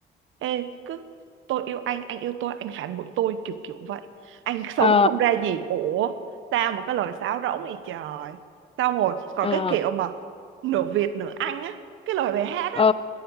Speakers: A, on the right; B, on the left.
A: Ê cứ tôi yêu anh, anh yêu tôi, anh phản bội tôi kiểu kiểu vậy Anh sống
B: ờ
A: không ra gì Ủa sao mà cái lời sáo rỗng vậy trời Xong rồi còn
B: ờ
A: cái kiểu mà nửa Việt nửa Anh á Cái lời bài hát
B: ờ
A: á